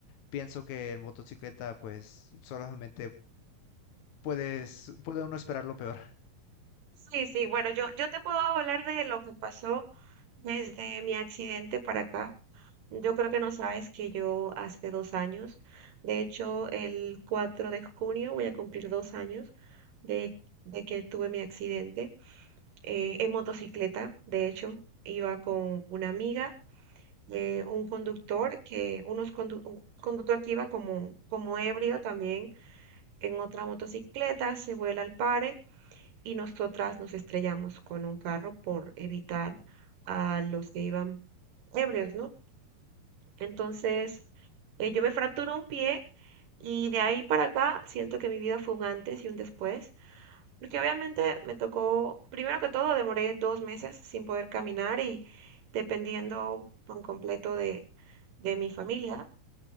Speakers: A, on the left (about 65°); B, on the right (about 65°).
A: pienso que en motocicleta pues solamente puedes, puede uno esperar lo peor.
B: Sí, sí, bueno, yo, yo te puedo hablar de lo que pasó desde mi accidente para acá. Yo creo que no sabes que yo hace dos años, de hecho el 4 de junio voy a cumplir dos años de, de que tuve mi accidente eh, en motocicleta, de hecho iba con una amiga, eh, un conductor que, unos condu- un conductor que iba como, como ebrio también en otra motocicleta, se vuela al pare y nosotras nos estrellamos con un carro por evitar a los que iban ebrios, ¿no? Entonces, eh, yo me fracturé un pie y de ahí para acá siento que mi vida fue un antes y un después, porque obviamente me tocó, primero que todo, demoré dos meses sin poder caminar y dependiendo por completo de, de mi familia.